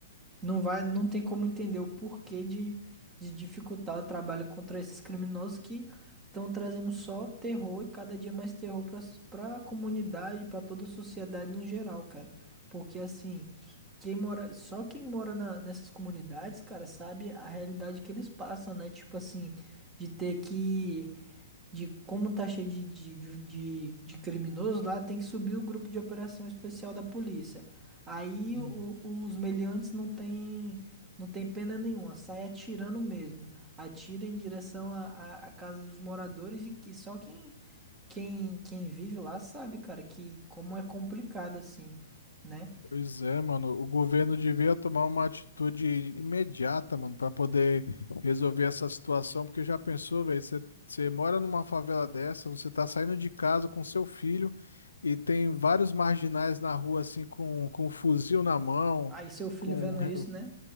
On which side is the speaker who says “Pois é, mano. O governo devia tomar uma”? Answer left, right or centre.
Left